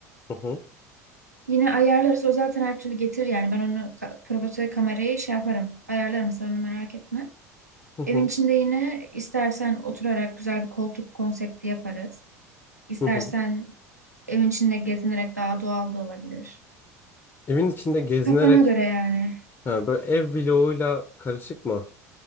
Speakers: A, on the left; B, on the right.
A: Hı hı,
B: Yine ayarlarız. O zaten her türlü getirir yani. Ben onu ka- profesyonel kamerayı şey yaparım. Ayarlarım. Sen onu merak etme.
A: hı
B: Evin
A: hı,
B: içinde yine istersen oturarak güzel bir koltuk konsepti yaparız. İstersen
A: hı hı.
B: evin içinde gezinerek daha doğal da olabilir.
A: Evin içinde gezinerek
B: Kafana göre yani.
A: ha, böyle ev vloguyla karışık mı?